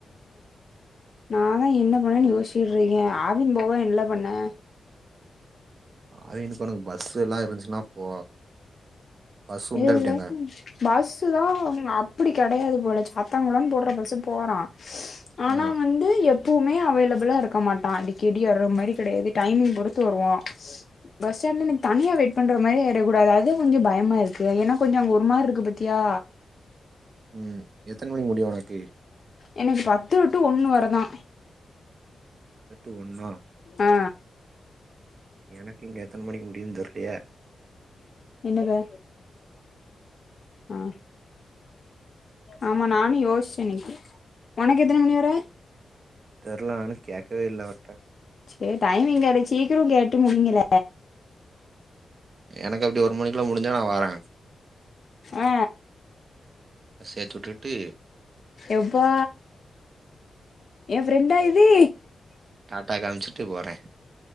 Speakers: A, on the left; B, on the right.
A: நா லா என்ன பண்ணேன் யோச்சுக்கிட்ருக்கே ஆவின் போவ இல்ல பண்ண
B: ஆவினுக்கு ஒனக்கு பஸ் எல்லா இருந்துச்சுன்னா போ பஸ் உண்டா
A: இல்ல
B: எப்டி அங்க
A: பஸ்ஸு தா அப்டி கெடயாது போல சாத்தங்குளங் போட்ற பஸ்ஸு போறா ஆனா
B: ஆ
A: வந்து எப் போமே அவைலபிளா இருக்க மாட்டா அடிக்கடி வர்ற மாரி கெடயாது டைமிங் பொருத்து வருவா பஸ் ஸாடாண்ட்ல எனக்கு தனியா வெயிட் பண்ற மாரி ஆய்றக்கூடாதுஅதா கொஞ்சோ பயமாரு க்கு ஏனா கொஞ்சோ அங்க ஒரு மார்ருக்கு பாத்தியா
B: ம் எத்தன மணிக் முடியு ஒனக்கு
A: எனக்கு பத்து டூ ஒன்னு வரதா
B: எட்டு டு ஒன்னா
A: ஆ
B: எனக்கு இங்க எத்தன மணிக்கு முடியிதுன் தெர்லயே
A: என்னது ஆ ஆமா நானு யோசிச்சே இன்னக்கி ஒனக்கு எத்தன மணி வர
B: தெர்ல நானு கேக்கவே இல்ல அவர்ட்ட
A: சேர் டைமிங் கேளு சீக்ரோ கேட்டு முடிங்கள
B: எனக்கு அப்டி ஒரு மணிக்கக்குள்ள முடிஞ்ச நா வாரே
A: ஆ
B: சேத்துட்டுட்டு
A: எப்பா எ ஃப்ரெண்டா இதி
B: டாட்டா காம்ச்சிட்டு போறே